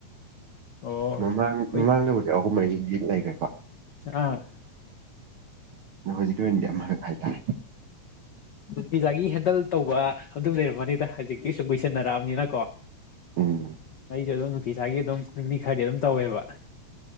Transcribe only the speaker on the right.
ꯃꯃꯥꯡ
ꯃꯃꯥꯡꯗꯕꯨꯗꯤꯛ ꯑꯍꯨꯝ ꯃꯔꯤꯗꯤ ꯂꯩꯈ꯭ꯔꯦꯀꯣ
ꯍꯣꯖꯤꯟꯗꯤ ꯍꯥꯏꯇꯥ
ꯎꯝ